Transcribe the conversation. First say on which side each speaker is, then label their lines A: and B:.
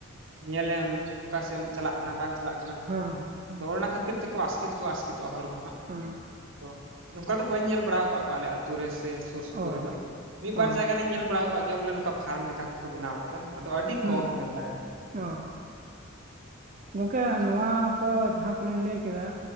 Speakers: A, on the right; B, on the right.
A: ᱧᱮᱞ ᱮᱢ ᱚᱠᱟ ᱥᱮᱫ ᱮᱢ ᱪᱟᱞᱟᱜ ᱠᱟᱱᱟ ᱵᱟᱭ ᱪᱟᱞᱟᱜ ᱠᱟᱱᱟ
B: ᱦᱮᱸ ᱦᱮᱸ
A: ᱟᱫᱚ ᱚᱱᱮ ᱚᱱᱟ ᱠᱷᱟᱹᱛᱤᱨ ᱛᱮᱠᱚ ᱟᱥᱠᱮᱛ ᱦᱚᱸ ᱠᱚ ᱟᱥᱠᱮᱛᱚᱜᱼᱟ ᱦᱚᱲ ᱠᱚ ᱦᱟᱸᱜ
B: ᱚᱻ
A: ᱟᱫᱚ ᱚᱱᱠᱟ ᱫᱚ ᱵᱟᱹᱧ ᱧᱮᱞ ᱵᱟᱲᱟ ᱟᱠᱟᱫ ᱠᱚᱣᱟ ᱟᱞᱮ ᱟᱹᱛᱩ ᱨᱮ ᱥᱮ ᱥᱩᱨ ᱥᱩᱯᱩᱨ
B: ᱚ
A: ᱨᱮᱫᱚ ᱢᱤᱫ ᱵᱟᱨ
B: ᱚ
A: ᱡᱟᱭᱜᱟ ᱨᱤᱧ ᱧᱮᱞ ᱵᱟᱲᱟ ᱟᱠᱚᱣᱟᱜ ᱜᱮ ᱵᱚᱞᱮ ᱱᱚᱝᱠᱟ ᱯᱷᱟᱨᱢ ᱞᱮᱠᱟ ᱛᱮᱠᱚ ᱵᱮᱱᱟᱣ ᱠᱟᱫᱟ ᱟᱫᱚ ᱟᱹᱰᱤ
B: ᱦᱩᱸ
A: ᱠᱚᱢ ᱢᱮᱱ ᱫᱟᱲᱮᱭᱟᱜ ᱟᱢ᱾
B: ᱚ ᱜᱚᱝᱠᱮ ᱱᱚᱣᱟ ᱠᱚ ᱡᱟᱦᱟᱸ ᱠᱚᱞᱤᱧ ᱞᱟᱹᱭ ᱠᱮᱫᱟ